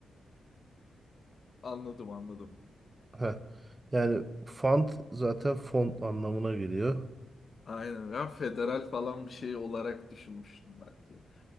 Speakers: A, on the left (about 50°); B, on the right (about 25°).
A: anladım anladım.
B: Ha, yani fund zaten fond anlamına geliyor.
A: Aynen. Ya federal falan bir şey olarak düşünmüştüm belki.